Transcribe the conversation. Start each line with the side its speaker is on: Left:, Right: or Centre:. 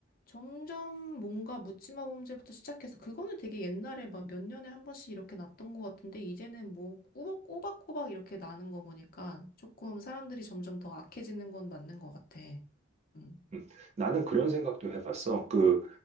Left: 점점 뭔가 묻지마 범죄부터 시작해서, 그거는 되게 옛날에 막 몇 년에 한 번씩 이렇게 났던 것 같은데, 이제는 뭐 꼬박- 꼬박꼬박 이렇게 나는 거 보니까 조금 사람들이 점점 더 악해지는 건 맞는 것 같아. 음.
Right: 음. 나는 그런 생각도 해봤어. 그